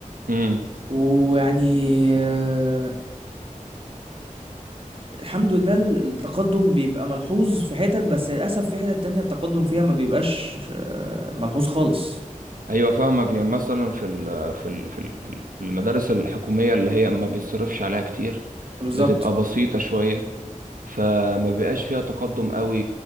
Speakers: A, on the right; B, on the right.
A: امم
B: ويعني آه، الحمد لله ال- التقدم بيبقى ملحوظ في حتت بس للأسف في حتت تانية التقدم فيها ما بيبقاش آه، ملحوظ خالص
A: ايوه فاهمك يعني مثلا في ال في ال في ال- في ال- في المدارس الحكوميه اللي هي ما بيتصرفش عليها كتير
B: بالظبط
A: بتبقى بسيطه شويه فما بيبقاش فيها تقدم قوي